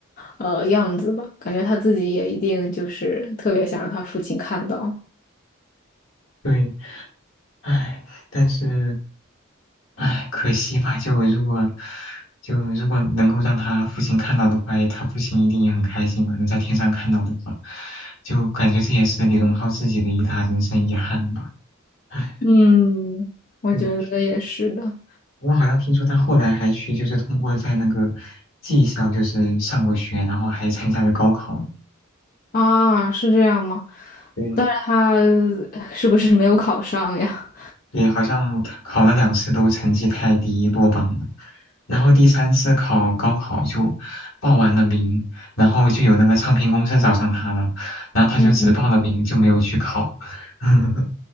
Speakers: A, on the left; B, on the left.
A: 呃样子吧，感觉他自己也一定就是特别想让他父亲看到。
B: 对，唉，但是。唉，可惜吧，就如果就如果能够让他父亲看到的话，他父亲一定也很开心吧，能在天上看到的话，就感觉这也是李荣浩自己的一大人生遗憾吧。唉，
A: 嗯，我觉得也是的
B: 嗯，我好像听说他后来还去，就是通过在那个技校就是上过学，然后还参加了高考呢
A: 啊，是这样吗？
B: 对，
A: 但是他是不是没有考上呀？
B: 对，好像考了两次都成绩太低落榜了，然后第三次考高考就报完了名，然后就有那个唱片公司找上他了，然后他就只报了名就没有去考，
A: 嗯
B: <laughs>